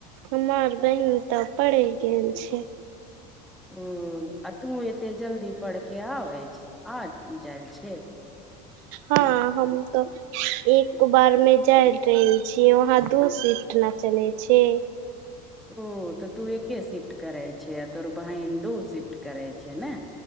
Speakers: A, on the right; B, in the centre.
A: हमर बहिन ते पड़े गेल छै
B: हूँ आ तू एते जल्दी पढ़ के आबै छी आ जाय छै
A: हँ हम तऽ एक बार मे जाय रहल छी वहाँ दू शिफ्ट ना चले छै
B: ओ तऽ तू एके शिफ्ट करै छै आ तोहर बहिन दो शिफ्ट करै छै ने